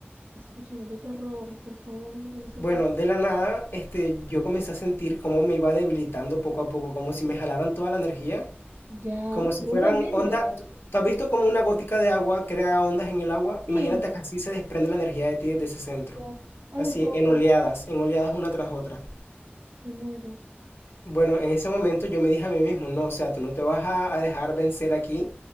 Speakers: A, on the right; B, on the left.
A: Escúchame, qué terror, por favor, lo que me estás
B: Bueno,
A: contando.
B: de la nada, este, yo comencé a sentir cómo me iba debilitando poco a poco, como si me jalaran toda la energía,
A: Ya,
B: como si
A: como
B: fueran
A: un dementor.
B: ondas. ¿Tú tú has visto cómo una gótica de agua crea ondas en el agua?
A: Sí,
B: Imagínate que así se desprende la energía de ti desde ese centro,
A: ya. Ay,
B: así
A: por favor,
B: en oleadas, en oleadas una tras otra.
A: me muero.
B: Bueno, en ese momento yo me dije a mí mismo, no, o sea, tú no te vas a, a dejar vencer aquí